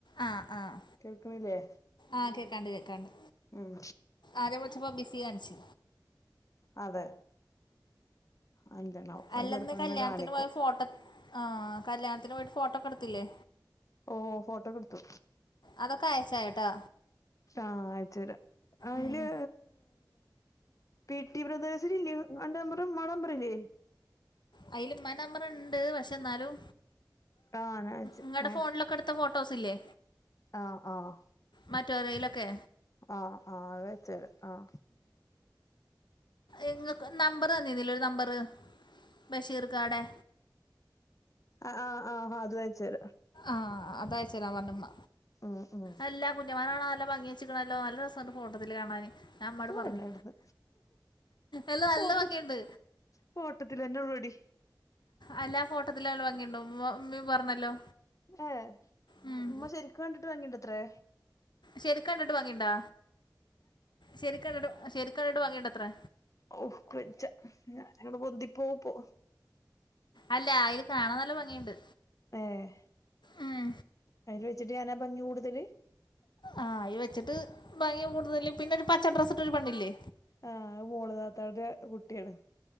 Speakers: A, on the left (about 80°); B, on the left (about 45°).
A: ആഹ് ആഹ
B: കേൾക്കണില്ലേ
A: ആഹ കേക്കാണ്ട് കേക്കാണ്ട്
B: ഉം
A: ആദ്യ വിളിച്ചപ്പോ ബിസി കാണിച്
B: അതെ അത്ന്ന്താണവംഅവ
A: അല്ലന്ന്
B: ചെലപ്പം അങ്ങനെ
A: കല്യാണത്തിന്
B: കാണിക്കും
A: പോയ ഫോട്ടോ ആഹ് കല്യാണത്തിന് പോയിട്ട് ഫോട്ടോക്കെടുത്തില്ലേ
B: ഓ ഫോട്ടോ എടുത്തു
A: അതൊക്കെ അയച്ചായട്ടാ
B: ആ ആയച്ചരാ അയില്
A: ഉം
B: പി ടി ബ്രദേഴ്സിൽല്ലേ അൻ്റെ മ്പർ മടമ്പറംല്ലേ
A: അതിലമ്മടെ നമ്പർ ഉണ്ട് പക്ഷെ എന്നാലും
B: ആഹ് ഞാൻ അയച്ച്
A: ഇങ്ങളടെ
B: ഞാൻ
A: ഫോണിലൊക്കെ ഇ ഫോട്ടോസ് ഇല്ലേ
B: ആഹ ആഹ
A: മറ്റോറെയിലൊക്കെ
B: ആഹ ആഹ് അത അയച്ചരാ ആഹ
A: എങ്ങൾക്ക് നമ്പർ തന്നിരുന്നില്ലെഒരു നമ്പർ ബഷീർ കാാടെ
B: ആ ആഹ് ആഹ് ആഹ അത് അയച്ചര
A: ആഹ് അതായച്ചേരാ പറഞ്ഞ് ഇമ്മ
B: ആ ആ
A: അല്ലാ കുഞ്ഞുമാനാകാണാ നല്ല ഭംഗി വെക്കണല്ലോ നല്ല രസണ്ട് ഫോട്ടത്തില് കാണാന് ഞ അമ്മട്
B: പോ
A: പറഞ്ഞു
B: പെണ്ണെ ഇവിടുന്ന്
A: അല്ല നല്ല
B: ഫോട്ട
A: ഭംഗിയുണ്ട്
B: ഫോട്ടത്തിലെന്നെ ഒള്ളടി
A: അല്ലാ ഫോട്ടോത്തില ല്ല ഭംഗിയണ്ടോും ഉമ്മീ പറഞ്ഞല്ലോ
B: ഏ
A: ഉം
B: ഉമ്മ ശരിക്കും കണ്ടിട്ട് വാങ്ങിയണ്ടത്രേ
A: ശരിക്കണ്ടിട്ട് വകയണ്ടാ ശരിക്കണ്ടിട്ട് ശരിക്ക്‌ കണ്ടിട്ട് ഭംഗിയുണ്ടത്രേ
B: ഔ ക്ക്‌ വജ്ജാ ഞാനങ്ങട്ട് പൊന്തി പോവും പ്പൊ
A: അല്ല അയിൽ കാണാൻ നല്ല ഭംഗിയുണ്ട്
B: ഏഹ്
A: ഉം
B: അയില് വെച്ചിട്ട് ഞാനാ ഭംഗി കൂടുതല്
A: ആഹ് അയിൽ വെച്ചിട്ട് ഭംഗി കൂടുതലും പിന്നെ ഒരു പച്ച ഡ്രസ് ഇട്ടൊരു പണ്ണില്ലേ
B: ആഹ് അത് മോള്ദാത്താടെ കുട്ടിയാണ്